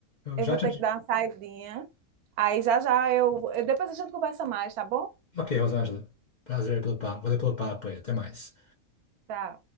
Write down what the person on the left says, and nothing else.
eu
já
te...
Ok, Rosângela. Prazer pelo papo. Valeu pelo papo aí. Até mais.